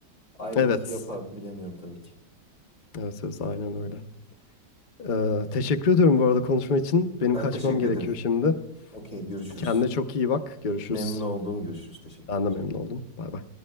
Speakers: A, on the left; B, on the left.
A: aynı
B: Evet,
A: etki yapar mı bilemiyorum tabii ki.
B: evet, evet aynen öyle. Ee, teşekkür ediyorum bu arada konuşma için. Benim
A: Ben
B: kaçmam
A: teşekkür
B: gerekiyor
A: ederim.
B: şimdi.
A: Okey görüşürüz.
B: Kendine çok iyi bak. Görüşürüz.
A: Memnun olduğum görüşürüz. Teşekkürler.
B: Ben de memnun oldum. Bay bay.